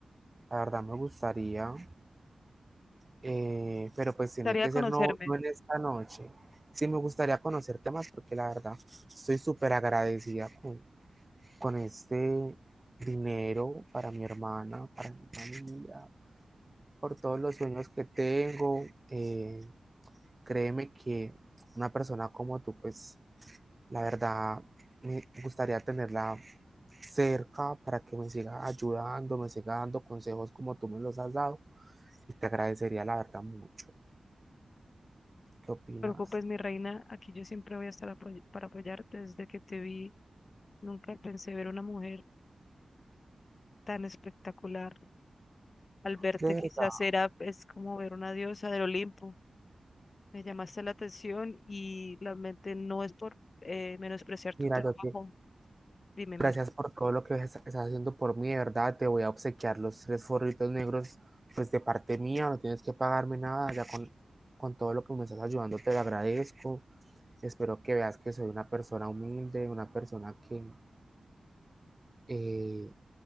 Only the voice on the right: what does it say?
La verdad me gustaría, eh, pero pues tiene
que
ser no, no en
esta noche. Sí me gustaría conocerte más porque la verdad estoy súper agradecida con, con este dinero para mi hermana, para mi familia, por todos los sueños que tengo. Eh, créeme que una persona como tú, pues la verdad me gustaría tenerla cerca para que me siga ayudando, me siga dando consejos como tú me los has dado Y te agradecería la verdad mucho. ¿Qué opinas?
De verdad,
mira,
yo te
gracias
por todo lo que es- estás haciendo por mí, de verdad. Te voy a obsequiar los tres forritos negros, pues de parte mía, no tienes que pagarme nada, ya con, con todo lo que me estás ayudando, te lo agradezco. Espero que veas que soy una persona humilde, una persona que eh,